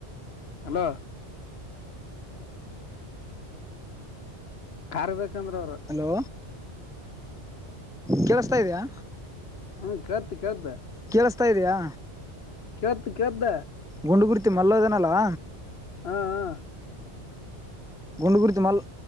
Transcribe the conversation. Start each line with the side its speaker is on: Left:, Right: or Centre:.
Left: ಅಲೋ ಕಾರ್ ಬೇಕಂದ್ರ ಅವ್ರ
Centre: ಹಲೋ ಕೇಳಸ್ತಾ ಇದೆಯಾ
Left: ಹ್ಮ್ ಕೇಳ್ತ ಕೇಳ್ದ
Centre: ಕೇಳಸ್ತಾ ಇದೆಯಾ
Left: ಕೆೇಳುತ್ ಕೆಳುತ.
Centre: ಗುಂಡು ಗುರ್ತಿ ಮಲ್ಲೋ ಇದನಲ್ಲಾ.
Left: ಹಾ ಹಾ
Centre: ಗುಂಡು ಗರಿತಿ ಮಲ್